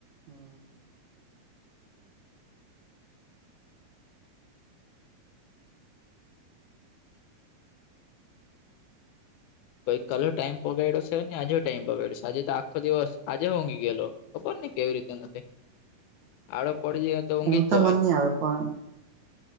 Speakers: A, on the right (about 75°); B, on the left (about 85°).
A: હમ.
B: કોઈ કાલલો ટાઈમ પગાડ્યો છે ને આજે ટાઈમ પગાડ્યો આજે તો આખો દિવસ આજે ંઘી ગયેલો. ખબર ને કેવી રીતે નથી. આડો પડી જાય ઊંઘી
A: ઊંમ તો
B: જ જવાય
A: મન નહી આવે પણ.